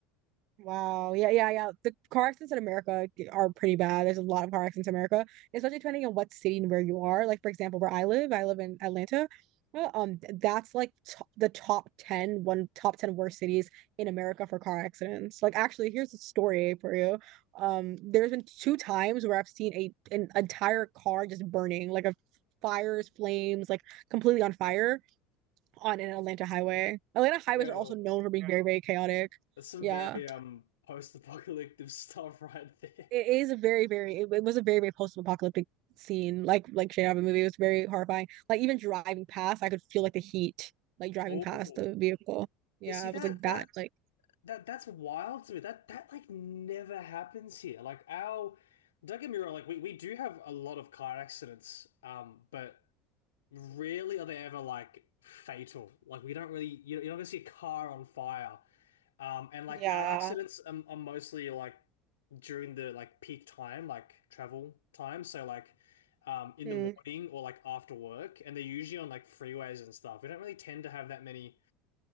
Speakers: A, on the right; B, on the left.
A: Wow. Yeah, yeah, yeah. The car accidents in America g- are pretty bad. There's a lot of car accidents in America, especially depending on what city and where you are. Like, for example, where I live, I live in Atlanta. Uh, Um, th- that's like to the top ten one top 10 worst cities in America for car accidents. Like, actually, here's a story for you. Um, there's been two times where I've seen a an entire car just burning, like a fires, flames, like completely on fire on an Atlanta highway. Atlanta highways
B: Ew.
A: are also known for being Yeah. very, very chaotic.
B: That's some
A: Yeah.
B: very um post-apocalyptic <laughs> stuff right there.
A: It is a very, very. It, it was a very, very post-apocalyptic scene. Like, like straight out of a movie, it was very horrifying. Like even driving past, I could feel like the heat, like driving
B: Oh.
A: past the vehicle. Yeah,
B: You see
A: it
B: that
A: was like that.
B: that
A: Like,
B: that that's wild to me. That that like never happens here. Like our don't get me wrong, like we, we do have a lot of car accidents, um, but Rarely are they ever like fatal. Like we don't really, you- are not gonna see a car on fire. Um, and like
A: yeah.
B: our accidents are, are mostly like during the like peak time, like travel time. So like um, in
A: Mm.
B: the morning or like after work, and they're usually on like freeways and stuff. We don't really tend to have that many